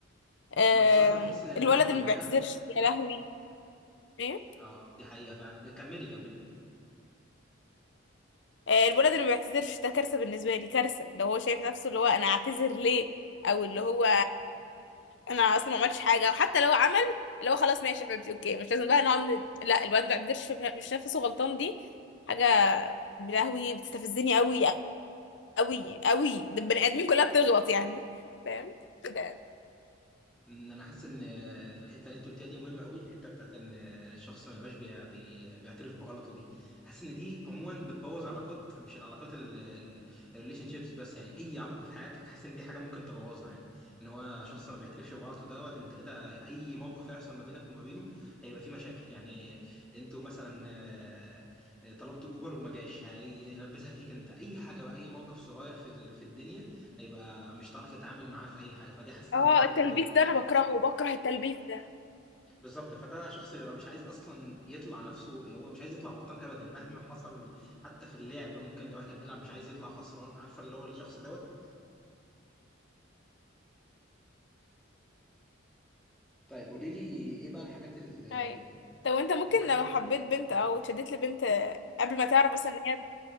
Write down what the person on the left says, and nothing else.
آه،
الولد
اللي ما بيعتذرش يا لهوي ايه
آه، الولد اللي ما بيعتذرش ده كارثه بالنسبه لي كارثه لو هو شايف نفسه اللي هو انا اعتذر ليه او اللي هو انا اصلا ما عملتش حاجه او حتى لو عمل اللي هو خلاص ماشي يا حبيبتي اوكي مش لازم بقى نقعد ن- لا الولد ما بيعتذرش مش شايف نفسه غلطان دي حاجه يا لهوي بتستفزني قوي قوي قوي ده البني ادمين كلها بتغلط يعني فاهم كده
اه
التلبيس ده انا بكرهه بكره التلبيس ده
اي طب وانت ممكن
لو
حبيت بنت
او اتشدت لبنت قبل ما تعرف مثلا ان هي